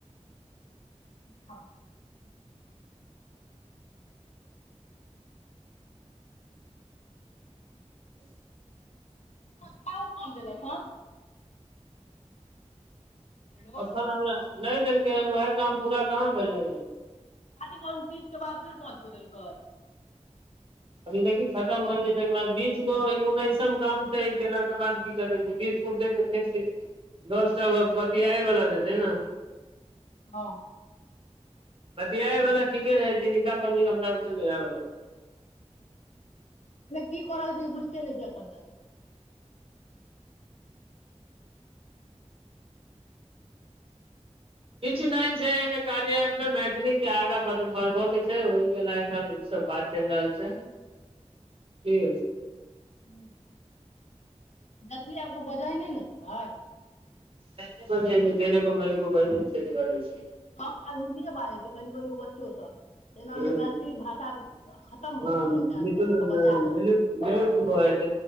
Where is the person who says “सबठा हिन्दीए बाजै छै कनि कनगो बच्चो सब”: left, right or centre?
Left